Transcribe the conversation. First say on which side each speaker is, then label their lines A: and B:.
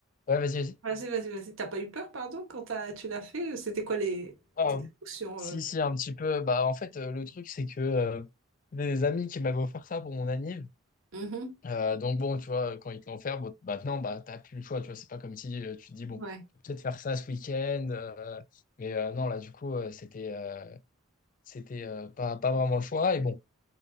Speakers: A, on the left (about 40°); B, on the right (about 75°).
A: Ouais, vas-y, vas-y.
B: Vas-y, vas-y, vas-y. T'as pas eu peur, pardon, quand t'as- tu l'as fait? C'était quoi les
A: Ah,
B: tes émotions
A: si,
B: euh
A: si, un petit peu. Bah, en fait, euh, le truc, c'est que euh, des amis qui m'avaient offert ça pour mon anniv.
B: Mhm.
A: euh, donc, bon, tu vois, quand ils te l'ont offert, bon, maintenant, bah, t'as plus le choix. Tu vois, c'est pas comme si euh, tu te dis, bon,
B: Ouais.
A: je vais peut-être faire ça ce week-end. euh, mais euh, non, là, du coup, euh, c'était euh, c'était euh, pas, pas vraiment le choix. Et bon,